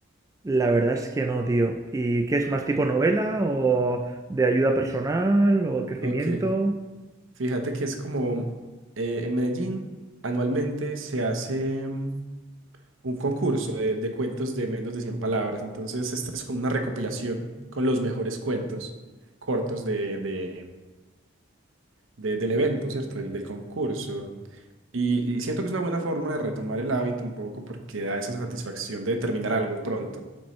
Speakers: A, on the right; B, on the right.
A: La verdad es que no, tío. ¿Y qué es más tipo novela o de ayuda personal o crecimiento?
B: Ok, fíjate que es como eh, en Medellín anualmente se hace mm, un concurso de, de cuentos de menos de 100 palabras. Entonces, esta es como una recopilación con los mejores cuentos cortos de, de- de- del evento, ¿cierto? Del, del concurso. Y, y siento que es una buena forma de retomar el hábito un poco porque da esa satisfacción de terminar algo pronto.